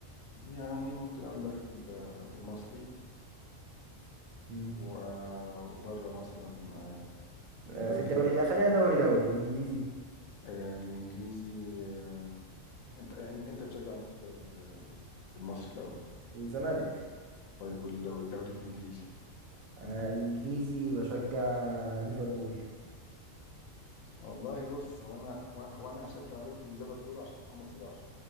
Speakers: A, on the left (about 85°); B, on the right (about 80°).
A: يعني ممكن اقول لك ال- المصري
B: مم.
A: و... وبره مثلا آه، في
B: آه،
A: الدوري
B: في الدوري
A: الإنج-
B: لا خلينا دوري دوري الانجليزي
A: آه، الانجليزي آه، انت انت انت بتشجع مين في الدوري ال- المصري الاول
B: الزمالك
A: طيب وال- والدوري الانجليزي
B: انا الانجليزي بشجع ليفربول
A: والله بص هو انا هو, هو انا هشجع ليفربول عشان محمد صلاح